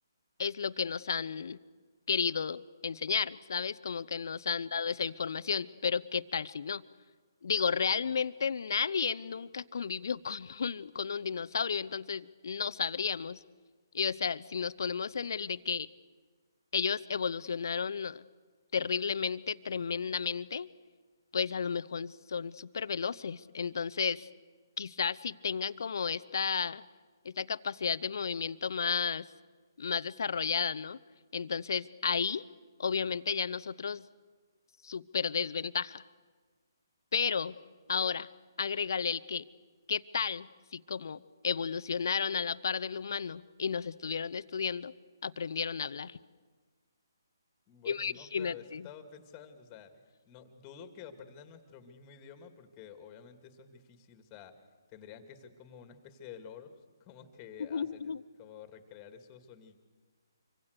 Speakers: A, on the left; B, on the left.
A: es lo que nos han querido enseñar, ¿sabes? Como que nos han dado esa información, pero ¿qué tal si no? Digo, realmente nadie nunca convivió <laughs> con un, con un dinosaurio, entonces no sabríamos. Y o sea, si nos ponemos en el de que ellos evolucionaron ah, terriblemente, tremendamente, pues a lo mejor son súper veloces. Entonces, quizás si tengan como esta, esta capacidad de movimiento más, más desarrollada, ¿no? Entonces, ahí, obviamente, ya nosotros súper desventaja. Pero ahora, agrégale el que, ¿qué tal si como evolucionaron a la par del humano y nos estuvieron estudiando, aprendieron a hablar?
B: Bueno,
A: Imagínate.
B: no, claro, eso estaba <laughs> pensando, o sea, no dudo que aprendan nuestro mismo idioma porque obviamente eso es difícil, o sea, tendrían que ser como una especie de loros, <laughs> como que
A: <laughs>
B: hacer, como recrear esos sonidos,